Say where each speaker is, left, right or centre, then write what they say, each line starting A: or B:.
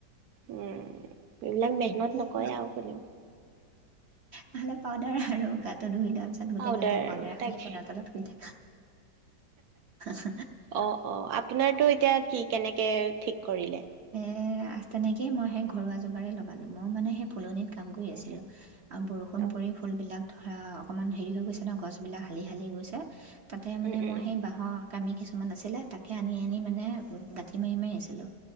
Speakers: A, on the right; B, on the right.
A: উম এইবিলাক মেহনত
B: সেইবিলাক
A: নকৰে আৰু কোনেও
B: নহ'লে পাউদাৰ আৰু গাটো ধুই লোৱাৰ পিছত
A: পাউদাৰ
B: গোটেই গাতে
A: আৰু
B: পাউদাৰখিনি
A: তাকে
B: পেনৰ তলত শুই থাকে স
A: অ অ আ আপোনাৰতো এতিয়া কি কেনেকে ঠিক কৰিলে
B: তেনেকেইে মই সেই ঘৰুৱা যোগাৰ লগালোঁ মই মানে সেই ফুলনিক কাম কৰি
A: উম
B: আছিলোঁ
A: হু
B: আৰু বৰষুণ
A: অ
B: পৰি ফুলবিলাক ধৰা অকণমান হেৰি হৈ গৈছে ন গছবিলাক হালি হালি গৈছে তাতে
A: উম
B: মানে
A: উম
B: মই সেই বাঁহত কামি কিছুমান আছিলে তাত তাকে আনি আনি মানে গ ইতিমাৰিমেই আছিলোঁ